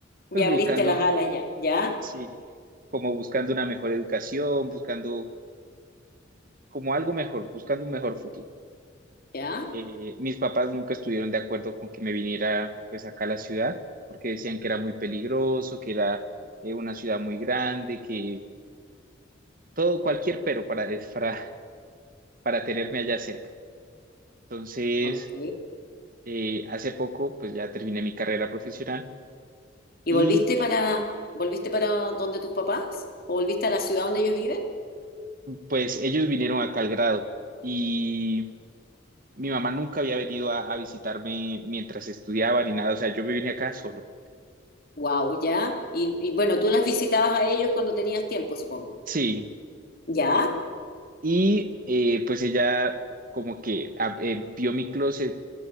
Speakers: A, on the left (about 50°); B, on the right (about 45°).
A: ya
B: pues buscando,
A: abriste las alas, ya, ya,
B: sí, como buscando una mejor educación, buscando como algo mejor, buscando un mejor futuro.
A: ya,
B: Eh, mis papás nunca estuvieron de acuerdo con que me viniera pues acá a la ciudad, porque decían que era muy peligroso, que era eh, una ciudad muy grande, que todo, cualquier pero para, es para, para tenerme allá cerca. Entonces,
A: ok.
B: eh, hace poco, pues ya terminé mi carrera profesional
A: ¿Y
B: y
A: volviste para, volviste para donde tus papás? ¿O volviste a la ciudad donde ellos viven?
B: pues ellos vinieron acá al grado y mi mamá nunca había venido a, a visitarme mientras estudiaba ni nada, o sea, yo me vine acá solo.
A: Wow, ya. Y, y bueno, tú las visitabas a ellos cuando tenías tiempo, supongo.
B: Sí,
A: Ya,
B: y eh, pues ella como que a- eh, vio mi closet